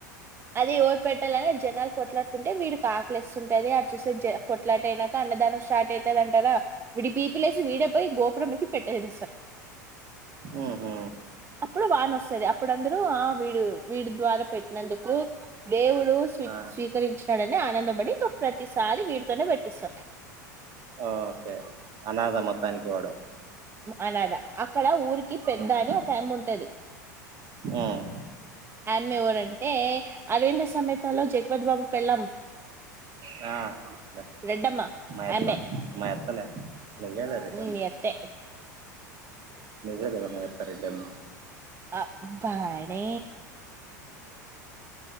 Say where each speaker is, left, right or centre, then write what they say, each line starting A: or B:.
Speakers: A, on the right; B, on the right.
A: అదే ఓరు పెట్టాలని జనాలు కొట్లాడుకుంటే వీడికి ఆకలిస్తుంటే అది అ చూసే అట్లా అయినాక అన్నదానం స్టార్ట్ అవుతుంది అంటారా వీడికి బీపీ లేస్తే వీడే పోయి గోపురంకి పెట్టేది వస్తాడు
B: ఉ హు
A: అప్పుడు వన వస్తాంది అప్పుడు అందరూ ఆ వీడు వీడి ద్వారా పెట్టినందుకు దేవుడు స్వ
B: ఆ
A: స్వీకరించు డనే ఆనందపడి ఇంక ప్రతిసారి వీటితోనే పెట్టిస్తారు
B: ఓకే అనాథ మొత్తానికి వాడు
A: అనాథ అక్కడ ఊరికి పెద్ద
B: ఉమ్
A: అని ఒక ఆమె ఉంటది
B: ఉమ్
A: ఆమె ఎవరంటే అరవింద్ సమేతలో జగపతి బాబు పెళ్ళం
B: ఆ
A: రెడ్డమ్మ
B: మా అత్త
A: ఆమె
B: మా అత్తలా లేగాలే రెడ్డమ్మ
A: మీ అత్తే
B: నిజం గదా మా అత్త రెడ్డమ్మ
A: ఆ బానే